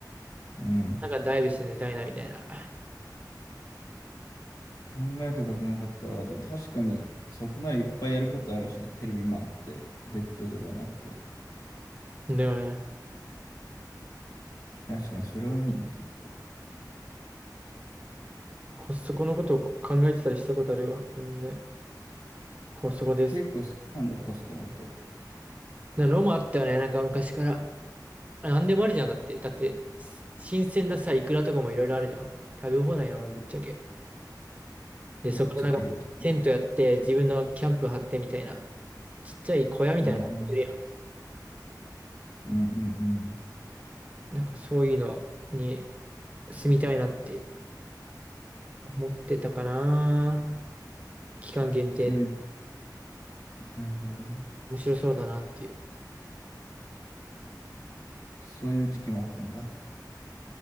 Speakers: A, on the left; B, on the right.
A: うん。
B: なんかダイブして寝たいなみたいな。
A: 考えたことなかったわ。でも確かに、そこならいっぱいやることあるしね。テレビもあって、ベッドとかもあって。
B: だよね。
A: 確かにそれはいいね、結構。
B: コストコのことを考えてたりしたことあるわ。全然。コストコです。
A: 結構好きなんだ、コスコのこと。
B: なのもあったよね。なんか昔から。あなんでもあるじゃん。だって、だって、し新鮮なさ、イクラとかもいろいろあるじゃん。食べ放題やもん、ぶっちゃけ。で、
A: ぶっちゃけると。
B: そこでなんか、テントやって、自分のキャンプ張ってみたいな、ちっちゃい小屋みたいなの持ってるや
A: うんうん。うんうんうん。
B: ん。なんかそういうのに住みたいなって思ってたかな。期間限定で
A: そういう、なるほどね。
B: 面白そうだなっていう。
A: そういう時期もあったんだ。